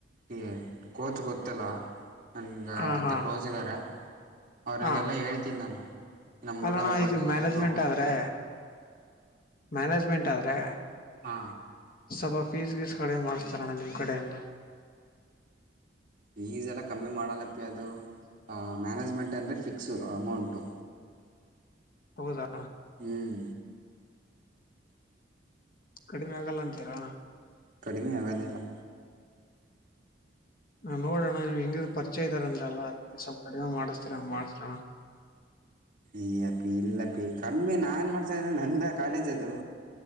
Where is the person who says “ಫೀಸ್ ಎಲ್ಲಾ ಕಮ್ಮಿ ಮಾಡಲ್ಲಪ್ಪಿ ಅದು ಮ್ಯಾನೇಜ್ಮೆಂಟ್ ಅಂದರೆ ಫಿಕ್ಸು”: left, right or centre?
Right